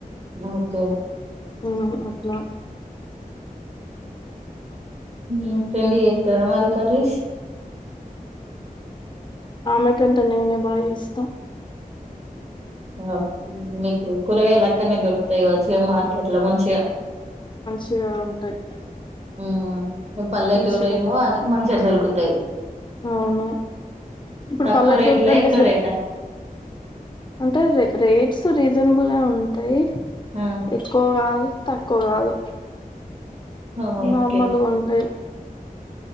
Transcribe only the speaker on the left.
ఆ అట్లా.
ఆమె కంట నేనే బా గా చేస్తా.
చ ఉంటాయి.
మంచిగా
దొరుకుతాయి
అవును ఇప్పుడు
పల్లెటూరు
కంటే
సిటీ
అంటే రే రేట్స్ రీజనబుల్ ఉంటాయి.
ఎక్కువ కాదు. తక్కువ కాదు.
నార్మల్గా ఉంటాయి.